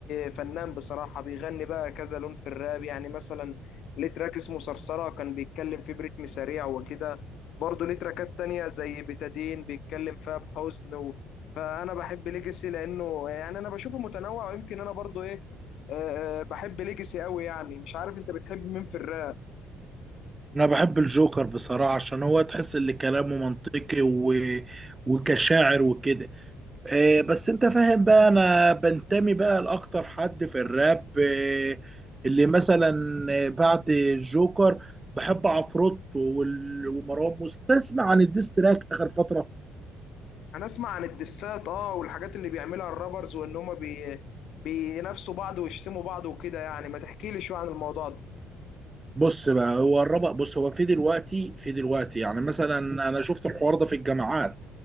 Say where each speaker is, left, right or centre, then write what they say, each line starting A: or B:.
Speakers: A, on the left; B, on the right.
A: فنان بصراحة بيغني بقى كذا لون في الراب يعني مثلا ليه تراك اسمه صرصرة كان بيتكلم فيه بريتم سريع وكده برضه ليه تراكات تانية زي بتادين بيتكلم فيها بحزن و... فأنا بحب ليجاسي لأنه يعني أنا بشوفه متنوع ويمكن أنا برضه إيه آه، آه، بحب ليجاسي قوي يعني مش عارف أنت بتحب مين في الراب
B: انا بحب الجوكر بصراحه عشان هو تحس ان كلامه منطقي و... وكشاعر وكده آه، بس انت فاهم بقى انا بنتمي بقى لاكتر حد في الراب آه، اللي مثلا آه، بعد الجوكر بحب عفروت وال- ومروان موسى تسمع عن الديستراك اخر فتره
A: أنا أسمع عن الدسات أه والحاجات اللي بيعملها الرابرز وإن هما بي... بينافسوا بعض ويشتموا بعض وكده يعني ما تحكيلي شوية عن الموضوع ده
B: بص بقى هو الربق بص هو في دلوقتي في دلوقتي يعني مثلا انا شفت الحوار ده في الجامعات